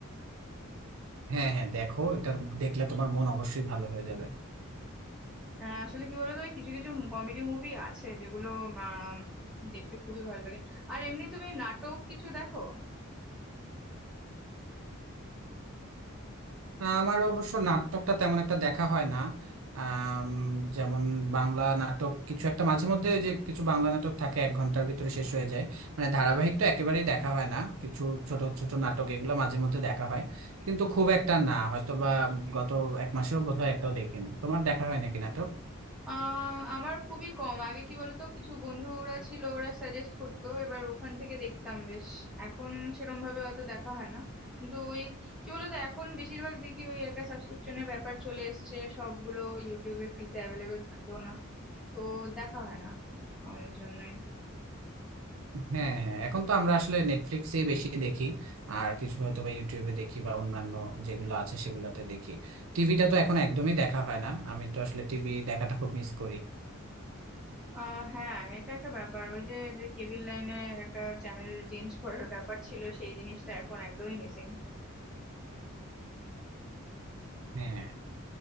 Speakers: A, on the right; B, in the centre.
A: হ্যাঁ হ্যাঁ দেখো এটা দেখলে তোমার মন অবশ্যই ভালো হয়ে যাবে
B: হ্যাঁ আসলে কি বলতো ওই কিছু কিছু কমেডি মুভি আছে যেগুলো আম, দেখতে খুবই ভালো লাগে আর এমনি তুমি নাটক কিছু দেখো
A: আহ, আমার অবশ্য নাটকটা তেমন একটা দেখা হয় না আম, যেমন বাংলা নাটক কিছু একটা মাঝে মধ্যে ওই যে কিছু বাংলা নাটক থাকে এক ঘন্টার ভিতরে শেষ হয়ে যায় মানে ধারাবাহিক তো একেবারেই দেখা হয় না কিছু ছোট ছোট নাটক এগুলো মাঝে মধ্যে দেখা হয় কিন্তু খুব একটা না হয়তো বা গত এক মাসেও বোধহয় একটাও দেখিনি তোমার দেখা হয় নাকি নাটক
B: আহ আমার খুবই কম আগে কি বলতো কিছু বন্ধুরা ছিল ওরা সাজেস্ট করতো এবার ওখান থেকে দেখতাম বেশ এখন সেরকম ভাবে হয়তো দেখা হয় না কিন্তু ওই কি বলতো এখন বেশিরভাগ দেখি ওই একটা সাবস্ক্রিপশনের ব্যাপার চলে এসেছে সবগুলো ইউটিউবে ফ্রিতে অ্যাভেলেবেল থাকেও না তো দেখা হয় না আমার জন্য
A: হ্যাঁ হ্যাঁ এখন তো আমরা আসলে নেটফ্লিক্সেই বেশি দেখি আর কিছু হয়তো বা ইউটিউবে দেখি বা অন্যান্য যেগুলো আছে সেগুলোতে দেখি টিভিটা তো এখন একদমই দেখা হয় না আমি তো আসলে টিভি দেখাটা খুব মিস করি
B: আহ হ্যাঁ এটা একটা ব্যাপার ওই যে যে কেবল লাইনে একটা চ্যানেল চেঞ্জ করার ব্যাপার ছিল সেই জিনিসটা এখন একদমই মিসিং
A: হ্যাঁ